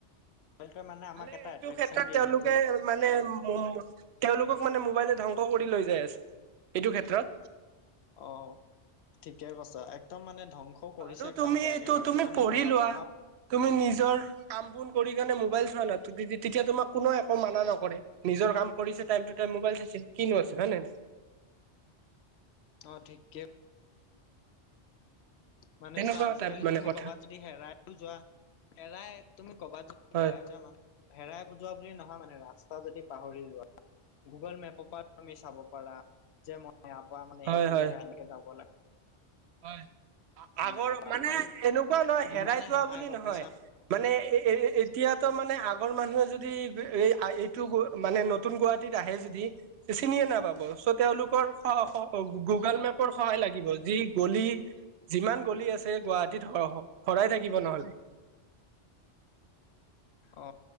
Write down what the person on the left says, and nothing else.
মোবাইলটো মানে আমাক
এটা
এট্ৰেকচন
দিয়ে
সেইটো
অ ঠিকে কৈছা একদম মানে ধ্বং স
কৰিছে একদম
বেয়াকে
কৰিছে
মানে
সিহতৰ
পঢ়া
অ ঠিকেই মানে
চোৱা আজিকালি
তুমি
কবাত যদি হেৰাইও যোৱা হেৰাই তুমি ক'বাত যদি
হেৰাই যোৱা মানে হেৰাই বুজোৱা বুলি নহয় মানে ৰাস্তা যদি পাহৰি যোৱা গুগল মেপৰ পৰা তুমি চাব পাৰা যে মই ইয়াৰ পৰা মানে
এইটো
জেগা এনেকে যাব লা
মই এইটো পাম
মোবাইল
ইমানে
সহায়
কৰিছে
অ